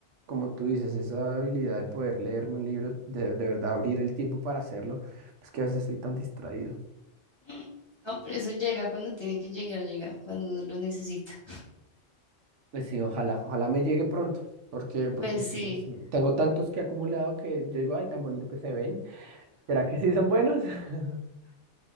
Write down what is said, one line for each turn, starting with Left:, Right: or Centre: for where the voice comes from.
Right: como tú dices, esa habilidad de poder leerme un libro, de, de verdad abrir el tiempo para hacerlo, pues que a veces soy tan distraído.
Left: Mm, No, pero eso llega cuando tiene que llegar, llega cuando uno lo necesita.
Right: Pues sí, ojalá, ojalá me llegue pronto, porque, porque
Left: Pues
Right: sí,
Left: sí,
Right: sí, tengo tantos que he acumulado que yo digo, ay, tan bonito que se ven. ¿Será que sí son buenos? <laughs>